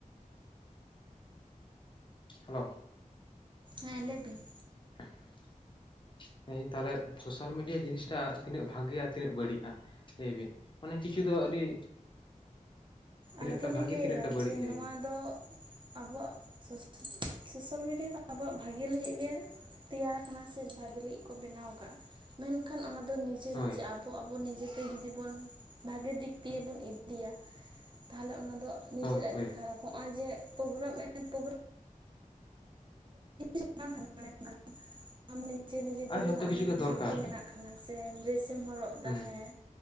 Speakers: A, on the left; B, on the right.
A: ᱦᱮᱞᱳ,
B: ᱦᱮᱸ ᱞᱟᱹᱭᱵᱤᱱ?
A: <unintelligible> ᱦᱮᱸᱧ ᱛᱟᱦᱚᱞᱮ ᱥᱳᱥᱟᱞ ᱢᱤᱰᱤᱭᱟ ᱡᱤᱱᱤᱥᱴᱟ ᱛᱤᱱᱟᱹᱜ ᱵᱷᱟᱜᱮ ᱟᱨ ᱛᱤᱱᱟᱹᱜ ᱵᱟᱹᱲᱤᱡᱼᱟ? ᱞᱟᱹᱭ ᱵᱤᱱ ᱢᱟᱱᱮ ᱠᱤᱪᱷᱩ ᱫᱚ ᱟᱹᱰᱤ, ᱛᱤᱱᱟᱹᱜ
B: ᱟᱫᱚᱞᱤᱧ
A: ᱴᱟ ᱵᱷᱟᱜᱤ
B: ᱞᱟᱹᱭ
A: ᱛᱤᱱᱟᱹᱜ
B: ᱮᱫᱟ
A: ᱴᱟ ᱵᱟᱹᱲᱤᱡ
B: ᱡᱮ
A: ᱞᱟᱹᱭ
B: ᱱᱚᱣᱟ
A: ᱵᱤᱱ
B: ᱫᱚ, ᱟᱵᱚᱣᱟᱜ ᱥᱚᱥᱚ ᱥᱳᱥᱟᱞ ᱢᱤᱰᱤᱭᱟ ᱫᱚ ᱟᱵᱚᱣᱟᱜ ᱵᱷᱟᱜᱮ ᱞᱟᱹᱜᱤᱫ ᱜᱮ, ᱛᱮᱭᱟᱨᱟᱠᱟᱱᱟ ᱥᱮ ᱵᱷᱟᱜᱮ ᱞᱟᱹᱜᱤᱫ ᱠᱚ ᱵᱮᱱᱟᱣ ᱠᱟᱜ-ᱟ ᱢᱮᱱᱠᱷᱟᱱ ᱚᱱᱟ ᱫᱚ ᱱᱤᱡᱮ
A: ᱦᱳᱭ
B: ᱱᱤᱡᱮ ᱟᱵᱚ, ᱛᱚ ᱟᱵᱚ ᱱᱤᱡᱮᱛᱮ ᱡᱩᱫᱤ ᱵᱚᱱ ᱵᱷᱟᱜᱮ ᱫᱤᱠ ᱫᱤᱭᱮ ᱵᱚᱱ ᱤᱫᱤᱭᱟ᱾ ᱛᱟᱦᱚᱞᱮ ᱚᱱᱟ ᱫᱚ ᱱᱤᱡᱮᱨᱟᱜ
A: ᱦᱳᱭ ᱦᱳᱭ
B: ᱜᱮ ᱠᱷᱟᱨᱟᱯ ᱱᱚᱜ-ᱚᱭ ᱡᱮ ᱯᱚᱜᱨᱟᱢ ᱮ ᱯᱚᱜᱨᱚ <inaudible> ᱟᱢ ᱱᱤᱡᱮ ᱱᱤᱡᱮ
A: ᱟᱨ
B: ᱛᱮᱜᱮ
A: ᱡᱷᱚᱛᱚ
B: ᱱᱚᱜᱼᱚᱭ
A: ᱠᱤᱪᱷᱩ ᱜᱮ ᱫᱚᱨᱠᱟᱨ
B: ᱪᱷᱟᱹᱯᱨᱤ ᱢᱮᱱᱟᱜ ᱠᱟᱱᱟ ᱥᱮ ᱰᱮᱨᱮᱥ ᱮᱢ ᱦᱚᱨᱚᱜ ᱮᱫᱟ
A: ᱦᱩᱸ
B: ᱦᱮᱸ?